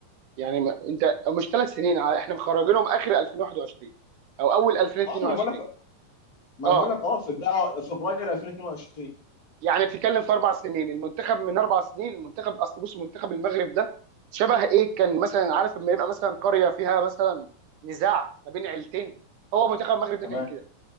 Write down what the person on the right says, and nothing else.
يعني ما انت مش ثلاث سنين ع- احنا مخرجينهم اخر 2021 او اول 2022
اه
يعني بتتكلم في اربع سنين المنتخب من اربع سنين المنتخب اصل بص منتخب المغرب ده شبه ايه كان مثلا عارف لما يبقى مثلا قريه فيها مثلا نزاع ما بين عيلتين هو منتخب المغرب ده
كان كده